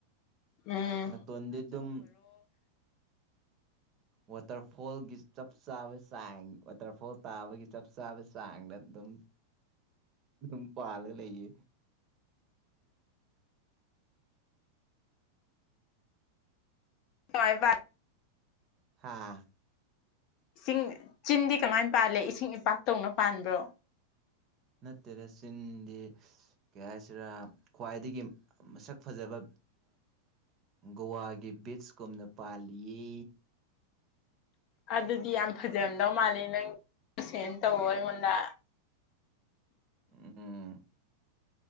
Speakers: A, on the left; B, on the right.
A: ꯎꯝ
B: ꯅꯥꯇꯣꯟꯗꯤ ꯑꯗꯨꯝ
A: ꯍꯦ <unintelligible>
B: ꯋꯥꯇꯔꯐꯣꯜꯒꯤ ꯆꯞ ꯆꯥꯕ ꯆꯥꯡ ꯋꯥꯇꯔꯐꯣꯜ ꯇꯥꯕꯒꯤ ꯆꯞ ꯆꯥꯕ ꯆꯥꯡꯗ ꯑꯗꯨꯝ
A: <inaudible>
B: ꯎꯝ ꯄꯥꯂꯒ ꯂꯩꯌꯦ
A: <unintelligible>
B: ꯍꯥꯥ
A: ꯏꯁꯤꯡ ꯆꯤꯟꯗꯤ ꯀꯃꯥꯏꯅ ꯄꯥꯜꯂꯦ ꯏꯁꯤꯡ ꯏꯄꯥꯛꯇꯧꯅ ꯄꯥꯟꯕ꯭ꯔꯣ
B: ꯅꯠꯇꯦꯔ ꯆꯤꯟꯗꯤ ꯀꯩ ꯍꯥꯏꯁꯤꯔꯥ ꯈ꯭ꯋꯥꯏꯗꯒꯤ ꯃꯁꯛ ꯐꯖꯕ ꯒꯋꯥꯒꯤ ꯕꯤꯠꯁ ꯀꯨꯝꯅ ꯄꯥꯜꯂꯤꯌꯦ
A: ꯑꯗꯨꯗꯤ ꯌꯥꯝ ꯐꯖꯝꯗꯧ ꯃꯥꯜꯂꯦ ꯅꯪ ꯁꯦꯟ ꯇꯧ ꯑꯣ ꯑꯩꯉꯣꯟꯗ
B: ꯎꯝ